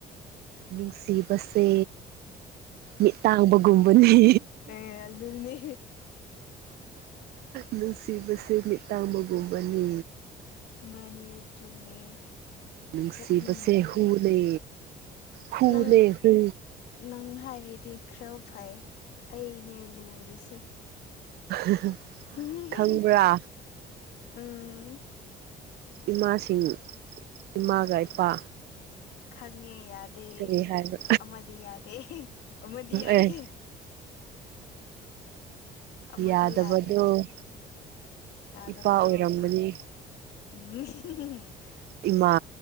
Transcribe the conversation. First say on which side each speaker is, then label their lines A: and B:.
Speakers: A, on the right; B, on the left.
A: ꯅꯨꯡꯁꯤꯕꯁꯦ ꯃꯤꯠꯇꯥꯡꯕꯒꯨꯝꯕꯅꯤ
B: ꯑꯦ ꯑꯗꯨꯅꯦ
A: ꯅꯨꯡꯁꯤꯕꯁꯦ ꯃꯤꯠꯇꯥꯡꯕꯒꯨꯝꯕꯅꯤ
B: ꯃꯥꯅꯦ ꯆꯨꯝꯃꯦ
A: ꯅꯨꯡꯁꯤꯕꯁꯦ
B: ꯆꯞ ꯃꯥꯟꯅꯩꯌꯦ
A: ꯍꯨꯅꯦ ꯍꯨꯅꯦ
B: ꯅꯪ
A: ꯍꯨ꯫
B: ꯅꯪ ꯍꯥꯏꯔꯗꯤ ꯈꯔ ꯐꯩ ꯑꯩꯅꯦ ꯂꯨꯔꯤꯁꯦ꯫
A: <unintelligible>
B: <unintelligible>
A: ꯈꯪꯕ꯭ꯔꯥ
B: ꯎꯝ
A: ꯏꯃꯥꯁꯤꯡ ꯏꯃꯥꯒ ꯏꯄꯥ
B: ꯈꯪꯉꯦ ꯌꯥꯗꯦ
A: ꯀꯔꯤ ꯍꯥꯏꯕ
B: ꯑꯃꯗꯤ ꯌꯥꯗꯦ ꯑꯃꯗꯤ ꯌꯥꯗꯦ
A: ꯑꯦ
B: ꯑꯃꯁꯨ
A: ꯌꯥꯗꯕꯗꯣ
B: ꯌꯥꯗꯦ ꯌꯥꯗꯕꯗꯣ
A: ꯏꯄꯥ ꯑꯣꯏꯔꯝꯒꯅꯤ
B: ꯑꯁ ꯎꯝ <unintelligible>
A: ꯏꯃꯥ